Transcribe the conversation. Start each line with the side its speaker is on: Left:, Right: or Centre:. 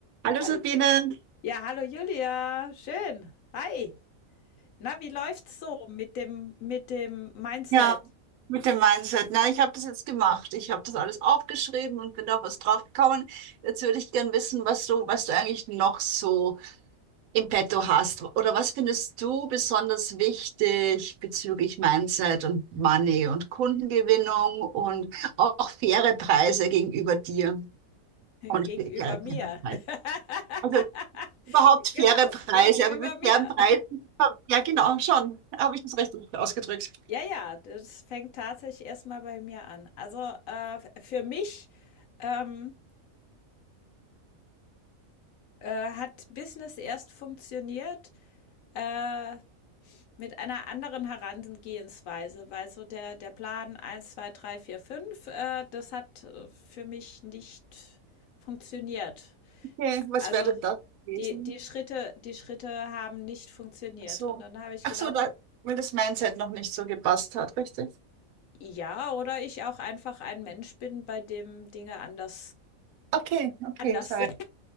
Right: Hallo
Left: Hall
Right: Sabine,
Left: ja, hallo Julia, schön. Hi. Na, wie läuft's so mit dem mit dem Mindset
Right: ja, mit dem Mindset. Na, ich habe das jetzt gemacht. Ich habe das alles aufgeschrieben und bin auf was drauf gekommen. Jetzt würde ich gern wissen, was du, was du eigentlich noch so im Petto hast. Oder was findest du besonders wichtig bezüglich Mindset und Money und Kundengewinnung und auch faire Preise gegenüber dir und
Left: gegenüber
Right: faire
Left: mir?
Right: Preise.
Left: <laughs>
Right: Also überhaupt faire
Left: Genau,
Right: Preise,
Left: gegenüber
Right: aber mit
Left: mir.
Right: fairen Preisen. Ja, genau, schon. Habe ich das richtig ausgedrückt?
Left: Ja, ja, das fängt tatsächlich erstmal bei mir an. Also äh, für mich ähm, äh, hat Business erst funktioniert, äh, mit einer anderen Herangehensweise, weil so der, der Plan eins 2 3 4 5 äh, das hat äh, für mich nicht funktioniert.
Right: Okay, was
Left: Also
Right: wäre denn das gewesen?
Left: die, die Schritte, die Schritte haben nicht funktioniert.
Right: Ach so,
Left: Und dann habe ich
Right: ach
Left: gedacht,
Right: so, da, weil das Mindset noch nicht so gepasst hat, richtig?
Left: ja, oder ich auch einfach ein Mensch bin, bei dem Dinge anders,
Right: Okay, okay,
Left: anders
Right: sorry.
Left: sind.